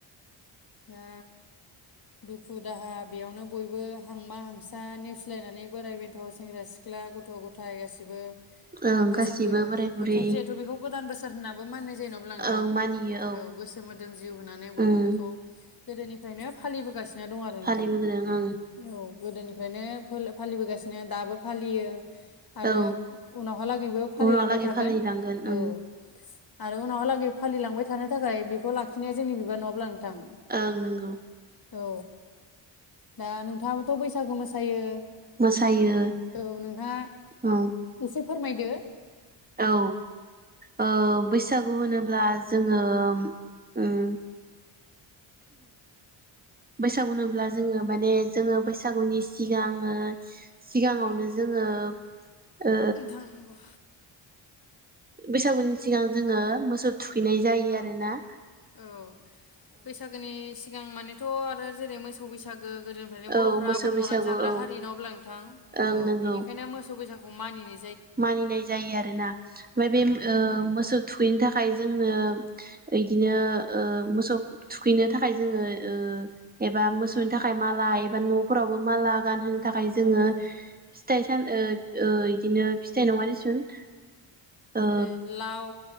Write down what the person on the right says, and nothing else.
ओं
गासिबो बोराय बुरै
ओं मानियो
ओम
फालिबोदों ओं
औ
उनावलागै
फालिलांगोन
ओं
ओं नंगौ।
मोसायो
औ
औ ओ बैसागु होनोब्ला जोङो उम बैसागु होनोब्ला जोङो माने जोङो बैसागुनि सिगां सिगाङावनो जोङो ओ
बैसागुनि सिगां जोङो मोसौ थुखैनाय जायो आरो ना।
औ
मोसौ
बैसागु
औ
ओं
नंगौ
मानिनाय जायो आरोना ओमफाय बे
ओ मोसौ थु थुखैनो थाखाय जोंनो इदिनो ओ मोसौ थुखैनो थाखाय जोङो ओ एबा मोसौनि थाखाय माला एबा नफोरावबो माला गाहोनो होनो थाखाय
जोङो
सान ओ ओ इदिनो फिथाइ नङा दिसुन ओ